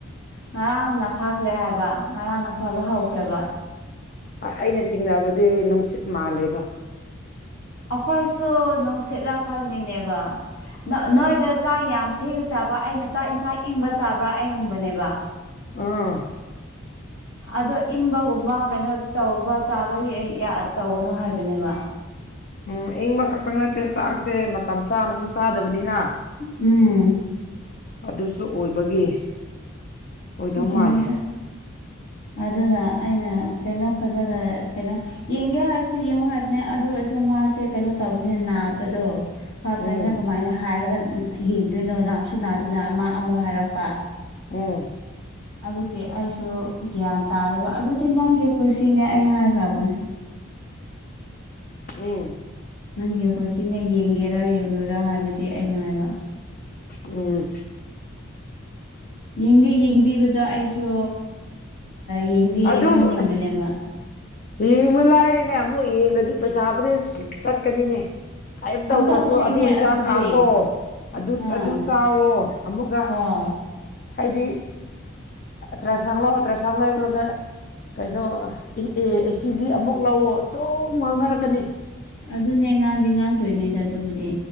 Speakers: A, on the left; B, on the left.
A: ꯉꯔꯥꯡꯅ ꯐꯈ꯭ꯔꯦ ꯍꯥꯏꯕ ꯉꯔꯥꯡꯅ ꯐꯕ ꯍꯧꯈ꯭ꯔꯦꯕ
B: ꯑꯩꯅ ꯆꯤꯡꯅꯕꯗꯤ ꯅꯨꯡꯁꯤꯠ ꯃꯥꯜꯂꯦꯕ
A: ꯑꯩꯈꯣꯏꯁꯨꯣ ꯅꯨꯡꯁꯤꯠ ꯔꯀꯥꯜꯅꯤꯅꯦꯕ ꯅꯣꯏꯗ ꯆꯥꯛ ꯌꯥꯝ ꯊꯦꯡꯅ ꯆꯥꯕ ꯑꯩꯅ ꯆꯥꯛ ꯏꯟꯁꯥꯡ ꯏꯪꯕ ꯆꯥꯕ꯭ꯔꯥ ꯑꯩ ꯍꯪꯕꯅꯦꯕ
B: ꯑꯥ
A: ꯑꯗꯣ ꯏꯪꯕꯒꯨꯝꯕ ꯀꯩꯅꯣ ꯇꯧꯕ ꯆꯥꯕꯒꯤ ꯇꯧꯒꯅꯨ ꯍꯥꯏꯕꯅꯦꯕ
B: ꯎꯝ ꯏꯪꯕ ꯈꯛꯇꯪ ꯅꯠꯇꯦ ꯆꯥꯛꯁꯦ ꯃꯇꯝ ꯆꯥꯅꯁꯨ ꯆꯥꯗꯕꯅꯤꯅ
A: ꯎꯝ
B: ꯑꯗꯨꯁꯨ ꯑꯣꯏꯕꯒꯤ ꯑꯣꯏꯗꯧ
A: ꯒ꯭ꯌꯥꯟ
B: ꯃꯥꯜꯂꯦ
A: ꯇ ꯑꯗꯨꯅ ꯑꯩꯅ ꯀꯩꯅꯣ ꯐꯖꯅ ꯀꯩꯅꯣ ꯌꯦꯡꯒꯦ ꯍꯥꯏꯔꯁꯨ ꯌꯦꯡꯉꯨ ꯍꯥꯏꯕꯅꯦ ꯑꯗꯨ ꯑꯣꯏꯔꯁꯨ ꯃꯥꯁꯦ ꯀꯩꯅꯣ ꯇꯧꯕꯅꯦ ꯅꯥꯕꯗꯣ ꯐꯥꯛꯇꯅ
B: ꯎꯝ
A: ꯀꯃꯥꯏꯅ ꯍꯥꯏꯔꯒ ꯌꯦꯡꯗꯣꯏꯅꯣ ꯅꯥꯁꯨ ꯅꯥꯗꯅ ꯃꯥ ꯑꯃꯨꯛ ꯍꯥꯏꯔꯛꯄ
B: ꯎꯝ
A: ꯑꯗꯨꯒꯤ ꯑꯩꯁꯨ ꯒ꯭ꯌꯥꯟ ꯇꯥꯗꯕ ꯑꯗꯨꯗꯤ ꯅꯪꯒꯤ ꯈꯨꯁꯤꯅꯦ ꯑꯩ ꯍꯥꯏꯈ꯭ꯔꯕꯅꯦ
B: ꯎꯝ
A: ꯅꯪꯒꯤ ꯍꯣꯠꯁꯤꯅꯦ ꯌꯦꯡꯒꯦꯔꯥ ꯌꯦꯡꯂꯡꯣꯏꯔꯥ ꯍꯥꯏꯕꯗꯤ ꯑꯩꯅ ꯍꯥꯏꯕ
B: ꯎꯝ
A: ꯌꯦꯡꯗꯤ ꯌꯦꯡꯕꯤꯕꯗꯣ ꯑꯩꯁꯨ ꯌꯦꯡꯗꯤ
B: ꯑꯗꯨꯕꯨ
A: ꯌꯦꯡꯍꯟꯅꯤꯡꯕꯅꯦꯕ
B: ꯑꯁ ꯌꯦꯡꯕ ꯂꯥꯏꯔꯦꯅꯦ ꯑꯃꯨꯛ ꯌꯦꯡꯉꯗꯤ ꯄꯩꯁꯥꯕꯨꯗꯤ ꯆꯠꯀꯅꯤꯅꯦ ꯀꯔꯤꯝ
A: ꯀꯝꯄꯜꯁꯔꯤꯅꯦ
B: ꯇꯧꯗ꯭ꯔꯁꯨ ꯑꯗꯨ ꯍꯤꯗꯥꯛ
A: ꯑꯗꯨꯗꯤ
B: ꯀꯥꯞꯄꯣ ꯑꯗꯨ
A: ꯑꯥ
B: ꯑꯗꯨ ꯆꯥꯋꯣ ꯑꯃꯨꯛꯀ
A: ꯍꯣꯏ
B: ꯍꯥꯏꯗꯤ ꯇ꯭ꯔꯁꯥꯡ ꯂꯑꯣ ꯇ꯭ꯔꯁꯥꯡ ꯂꯨꯔꯒ ꯀꯩꯅꯣ ꯑꯦ ꯑꯦ ꯁꯤꯖꯤ ꯑꯃꯨꯛ ꯂꯥꯛꯑꯣ ꯑꯗꯨꯝ ꯉꯥꯡꯅꯔꯛꯀꯅꯤ
A: ꯑꯗꯨꯅꯦ ꯉꯥꯡꯗ ꯉꯥꯡꯗꯣꯏꯅꯦꯗ ꯑꯗꯨꯕꯨꯗꯤ